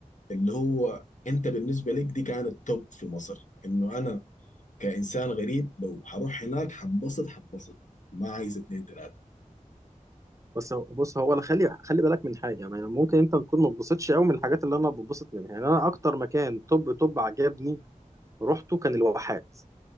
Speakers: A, on the left; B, on the right.
A: اللي هو أنت بالنسبة لك دي كانت توب في مصر إنه أنا كإنسان غريب لو هروح هناك حنبسط حنبسط ما عايز اتنين تلاتة
B: بس هو- بص هو انا خلي خلي بالك من حاجه يعني ممكن انت تكون ما تبسطش قوي من الحاجات اللي انا بتبسط منها يعني انا اكتر مكان طب طب عجبني رحته كان الواحات